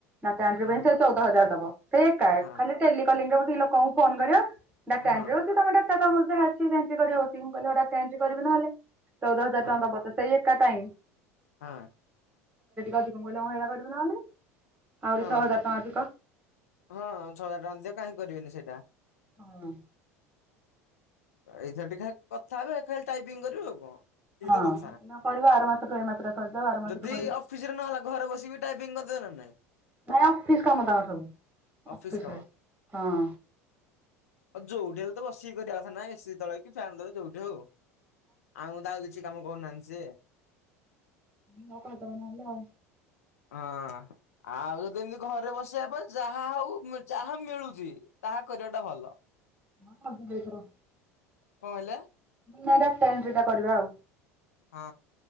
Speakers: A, on the right; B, on the left.
A: ନା ତା ପାଇଁ
B: ଓହୋ
A: ସେ ଚଉଦ ହଜାର ଦବ ସେଇ ଏକା
B: ହଁ
A: ଖାଲି ଟେଲି କଲିଙ୍ଗରେ ବସିକି ଲୋକଙ୍କୁ ଫୋନ କରିବ ଡାଟା
B: ହଁ
A: ଏଣ୍ଟ୍ରି ହଉ କି ତମେ ଡାଟା ତମର ଯାହା ଅଛି ଯେମିତି କରିବ ବସିକି। ମୁ କହିଲି ଡାକେ ଏଣ୍ଟ୍ରି କରିବି ତାହେଲେ ଚଉଦ ହଜାର
B: ହଁ
A: ଟଙ୍କା ଦବତ ସେଇ ଏକା ଟାଇମ
B: ହଁ,
A: ଅଧିକ ମଳା କରିବି ନହେଲେ ଆହୁରି
B: ହଁ,
A: ଛଅ ହଜାର ଟଙ୍କା ଅଧିକ।
B: ହଁ ଛଅ ହଜାର ଟଙ୍କା ଦେବେ କାହିଁ କରିବେନି ସେଇଟା
A: ହଁ,
B: ଏଇଥି ଟିକେ ଖା କଥା ହେବେ ଖାଲି ଟାଇପିଂ କରିବୁ ଆଉ କଣ? ଏତିକି କି ତ
A: ଏଇନା
B: କଥା
A: କରିବା ଆର ମାସଠୁ ଏଇ ମାସଟା ସରିଯାଉ ଆର ମାସଠୁ
B: ଯଦି
A: କରିବି।
B: ଅଫିସରେ ନହେଲା ଘରେ ବସିକି ବି ଟାଇପିଂ ଦେବେ ନା ନାହିଁ
A: ନାଇଁ ଅଫିସ କାମ ତାଙ୍କର ସବୁ
B: ଅଫିସ
A: ଅଫିସରେ
B: କାମ
A: ହଁ,
B: ହଁ ଯଉଠି ହେଲେ ବସିକି କରିବା କଥା ନା ଏସି ତଳେ କି ଫ୍ୟାନ ତଳେ ଯୋଉଠି ହଉ ଆଉ ତାଉ କିଛି କାମ କରୁନାହାନ୍ତି ସିଏ
A: ତ କହିଦବ ନହେଲେ
B: ହଁ, ଆଉ ଯଦି ଏମିତି ଘରେ ବସିବା ଅପେକ୍ଷା ଯାହା ହଉ ଯାହା ମିଳୁଛି ତାହା କରିବାଟା ଭଲ।
A: ହଁ, ଥର
B: କଣ ହେଲା?
A: ନାଇଁ ଡାଟା ଏଣ୍ଟ୍ରି ଟା କରିବା ଆଉ
B: ହଁ,